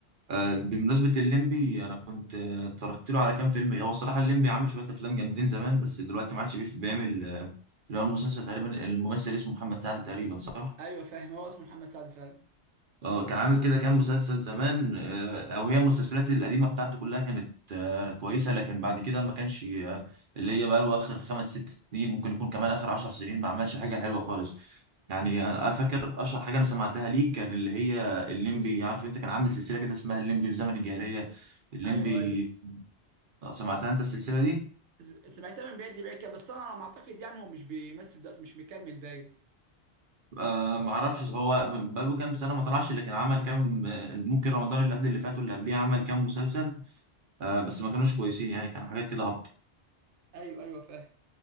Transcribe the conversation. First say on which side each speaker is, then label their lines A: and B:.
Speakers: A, on the right (about 50°); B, on the right (about 80°).
A: آه، بمناسبة الليمبي أنا كنت آه، اتفرجت له على كام فيلم هو الصراحة الليمبي عامل شوية أفلام جامدين زمان بس دلوقتي ما عادش بيف- بيعمل آه، اللي هو المسلسل تقريبا الممثل اسمه محمد سعد تقريبا صح؟
B: ايوه فاهم هو اسمه محمد سعد فعلا
A: اه كان عامل كده كام مسلسل زمان آه، او هي المسلسلات القديمه بتاعته كلها كانت آه، كويسه لكن بعد كده ما كانش آه، اللي هي بقى له اخر خمس ست سنين ممكن يكون كمان اخر عشر سنين ما عملش حاجه حلوه خالص يعني انا فاكر اشهر حاجه انا سمعتها ليه كان اللي هي الليمبي عارف انت كان عامل سلسله كده اسمها الليمبي في زمن الجاهليه الليمبي
B: ايوه ايوه
A: آه، سمعتها انت السلسله دي
B: ز- سمعتها من بعيد لبعيد كده بس انا على ما اعتقد يعني هو مش بيمثل دلوقتي مش مكمل باين
A: أه ما اعرفش هو بقاله كام سنه ما طلعش لكن عمل كام آه، ممكن رمضان اللي قبل اللي فات واللي قبليه عمل كام مسلسل آه بس ما كانوش كويسين يعني كانوا حاجات كده هابطه
B: ايوه ايوه فاهم